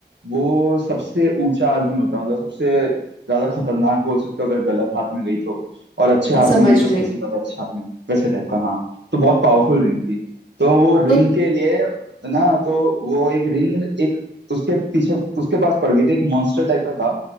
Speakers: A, on the right; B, on the left.
A: वो सबसे ऊंचा आदमी होता है मतलब सबसे ज्यादा खतरनाक बोल सकते हो अगर गलत हाथ में गई तो और अच्छे हाथ
B: समझ
A: में गई तो सबसे
B: गई
A: ज्यादा अच्छा आदमी वैसे टाइप का हाँ तो बहुत पावरफुल रिंग थी तो वो रिंग
B: तो
A: के लिए ना तो वो एक रिंग एक उसके पीछे उसके पास पड़ गई थी एक मॉन्स्टर टाइप का था